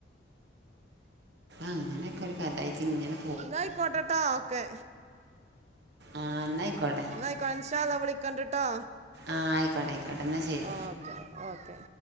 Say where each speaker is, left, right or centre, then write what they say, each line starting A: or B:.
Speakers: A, on the right; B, on the right.
A: അങ്ങനെക്കൊരുകഥയായിട്ടിങ്ങനെ
B: എങ്ങായ്ക്കോട്ടേട്ടോ ഓക്കെ
A: ആഹ് എന്നായിക്കോട്ടെ
B: എന്നായിക്കോട്ടെ ഇൻഷാഅല്ലാഹ് വിളിക്കണിണ്ടട്ടോ
A: ആഹ് ആയിക്കോട്ടെ ആയിക്കോട്ടെ എന്നാ ശരി
B: ഓക്കെ ഓക്കെ